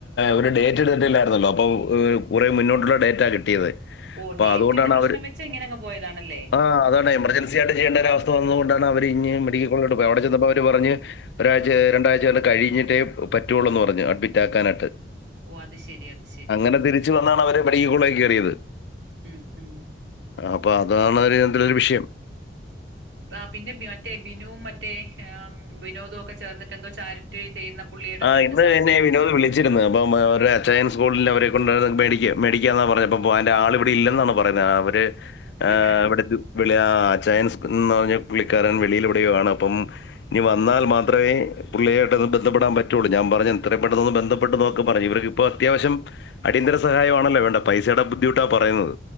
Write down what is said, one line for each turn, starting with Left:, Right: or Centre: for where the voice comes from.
Left: ഒരു ഡേറ്റ് എടുത്തിട്ടില്ലായിരുന്നല്ലോ അപ്പൊ ഏ കുറെേ മുന്നോട്ടുള്ള ഡേറ്റ കിട്ടിയത്
Right: ഓ
Left: അപ്പൊ
Right: ഡേറ്റിന്റെ
Left: അതുകൊണ്ടാണ്
Right: പ്രശ്നം
Left: അവര്.
Right: വെച്ച് ഇങ്ങനെ അങ്ങ് പോയതാണല്ലേ?
Left: ആ അതാണ് എമർജൻസി ആയിട്ട് ചെയ്യേണ്ടൊരു അവസ്ഥ വന്നത് കൊണ്ടാ അവര് ഇഞ് മെഡിക്കൽ കോളേജ്ലോട്ട് പോയെ അവിടെ ചെന്നപ്പോ അവര് പറഞ് ഒരാഴ്ച രണ്ടാഴ്ച കഴിഞ്ഞി ട്ടേ പറ്റുള്ളൂന്ന് പറഞ്ഞു അഡ്മിറ്റ് ആക്കാനായിട്ട്
Right: ഓ അത് ശരി അത് ശരി.
Left: അങ്ങനെ തിരിച്ചു വന്നാണ് അവര് മെഡിക്കൽ കോളേ യി കേ റി യത്
Right: ഉം ഉം
Left: അപ്പൊ അതാണ് ഇതിലൊ രു വിഷയം
Right: ആ പിന്നെ മറ്റേ ബിനുവും മറ്റേ വിനോദും ഒക്കെ ചേർന്നിട്ട് എന്തോ ചാരിറ്റി ചെയ്യുന്ന പുള്ളിയുടെ
Left: ആ
Right: കണ്ട്
Left: ഇന്ന്
Right: സംസാരിച്ച്
Left: എന്നെ വിനോദ് വിളിച്ചിരുന്ന് അപ്പൊ അവരുടെ അച്ചായൻ സ്പോട്ടിൽ അവരെ <unintelligible> മേ മേടിക്ക മേടിക്കാന്നാ പറഞ്ഞപ്പപോ അന്റെ ആൾ ഇവിടെ ഇല്ലെന്നാണ് പറയുന്നത് അവര്
Right: പുള്ളിക്കാരൻ.
Left: ആ വടത് വ്ളയ ചയൻസ് ന്നോ പുള്ളിക്കാരൻ വെളിയിലെവിടെയോ ആ ണ് അപ്പം ഇനി വന്നാൽ മാത്രമേ പുള്ളിയായിട്ട് ബന്ധപ്പെടാൻ പറ്റ് റ്റുള്ളു ഞാൻ പറഞ്ഞു ഇപ്പൊ എത്രയും പെട്ടെന്ന് ബന്ധപ്പെട്ട് നോക്ക് പറ ഇവർക്ക് ഇപ്പോ അത്യാവശ്യം അടിയന്തര സഹായമാണല്ലോ വേണ്ടേ പൈസ ട ബുദ്ധിമുട്ടാപറയുന്നത്